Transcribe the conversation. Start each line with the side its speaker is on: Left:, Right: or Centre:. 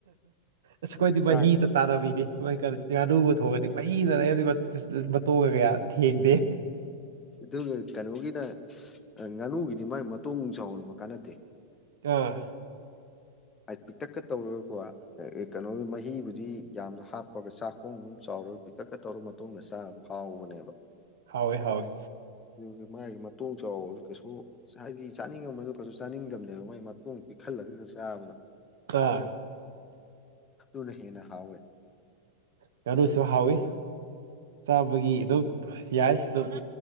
Right: ꯑꯁ
Left: ꯑꯗꯨ
Right: ꯈꯣꯏꯗꯤ
Left: ꯆꯥꯛ
Right: ꯃꯍꯤꯗ ꯇꯥꯟꯅꯕꯤꯅꯤ ꯃꯣꯏ ꯉꯥꯅꯨꯕꯨ ꯊꯣꯡꯉꯗꯤ ꯃꯍꯤꯗꯅꯦ ꯃꯇꯣꯡꯒ ꯀꯌꯥ ꯊꯦꯡꯗꯦ
Left: ꯑꯗꯨꯒ ꯀꯩꯅꯣꯒꯤꯅ ꯉꯥꯅꯨꯒꯤꯗꯤ ꯃꯥꯏ ꯃꯇꯣꯡ ꯆꯥꯎꯍꯟꯕ ꯀꯥꯟꯅꯗꯦ
Right: <unintelligible>
Left: ꯄꯤꯛꯇꯛꯀ ꯇꯧꯔꯒꯀꯣ ꯀꯩꯅꯣ ꯃꯍꯤꯕꯨꯗꯤ ꯌꯥꯝꯅ ꯍꯥꯞꯄꯒ ꯆꯥꯛꯈꯣꯝ ꯑꯃ ꯆꯥꯎꯔꯒ ꯄꯤꯛꯇꯛꯀ ꯇꯧꯔ ꯃꯇꯣꯡꯒ ꯆꯥꯕꯗꯨ ꯍꯥꯎꯕꯅꯦꯕ
Right: ꯍꯥꯎꯋꯦ ꯍꯥꯎꯋꯦ
Left: ꯑꯗꯨ ꯃꯥꯒꯤ ꯃꯇꯣꯡ ꯆꯥꯎꯕꯗꯨ ꯀꯩꯁꯣ ꯍꯥꯏꯗꯤ ꯆꯥꯅꯤꯡꯉꯝꯃꯁꯨ ꯀꯩꯁꯨ ꯆꯥꯅꯤꯡꯗꯕꯅꯦꯕ ꯃꯒꯤ ꯃꯇꯣꯡ ꯄꯤꯛꯍꯜꯂꯒ ꯆꯥꯕꯗꯣ
Right: ꯑꯥ
Left: ꯑꯗꯨꯅ ꯍꯦꯟꯅ ꯍꯥꯎꯋꯦ
Right: ꯉꯥꯅꯨꯁꯨ ꯍꯥꯎꯋꯤ ꯆꯥꯕꯒꯤ ꯑꯗꯨꯝ ꯌꯥꯏ ꯑꯗꯨꯝ